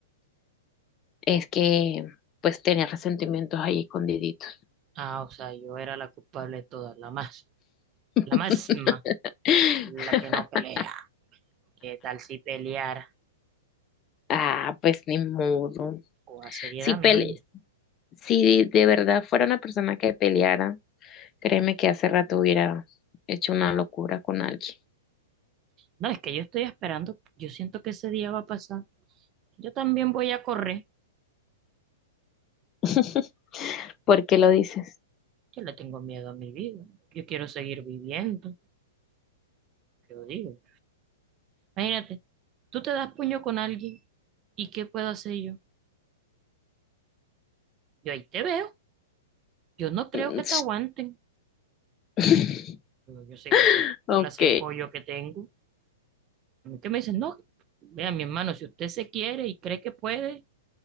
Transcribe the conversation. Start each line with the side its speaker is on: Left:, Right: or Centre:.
Left: Es que pues tenía resentimientos ahí escondiditos.
Right: Ah, o sea, yo era la culpable de todas, la más,
Left: <laughs>
Right: la máxima, la que no pelea. ¿Qué tal si peleara?
Left: Ah, pues ni modo.
Right: O a seriedad,
Left: Si pele,
Right: mi doña.
Left: si de verdad fuera una persona que peleara, Créeme que hace rato hubiera hecho una locura con alguien.
Right: No, es que yo estoy esperando, yo siento que ese día va a pasar. Yo también voy a correr.
Left: <laughs> ¿Por qué lo dices?
Right: Yo le tengo miedo a mi vida. Yo quiero seguir viviendo, yo digo. Imagínate, tú te das puño con alguien y ¿qué puedo hacer yo? Yo ahí te veo. Yo no creo
Left: Mm,
Right: que te aguanten.
Left: <laughs>
Right: Yo, sé qué
Left: Ok,
Right: clase de pollo que tengo. A mí que me dicen, no, vea, mi hermano, si usted se quiere y cree que puede,